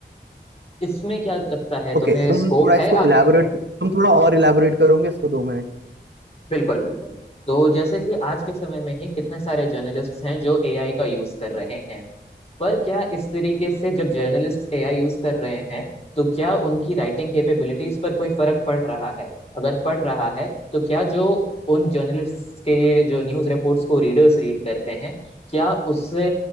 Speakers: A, on the left; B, on the right.
A: इसमें क्या लगता है
B: ओके
A: तुम्हें
B: तुम
A: स्कोप
B: थोड़ा
A: है
B: इसको
A: आगे
B: इलाबोरेट तुम थोड़ा और इलाबोरेट करोगे इसको दो मिनट
A: बिल्कुल बिल्कुल तो जैसे कि आज के समय में ही कितने सारे जर्नलिस्ट हैं जो एआई का यूज कर रहे हैं पर क्या इस तरीके से जब जर्नलिस्ट्स एआई यूज कर रहे हैं तो क्या उनकी राइटिंग कैपेबिलिटीज पर कोई फर्क पड़ रहा है अगर पड़ रहा है तो क्या जो उन जर्नलिस्ट्स के जो न्यूज रिपोर्ट्स को रीडर्स रीड करते हैं क्या उससे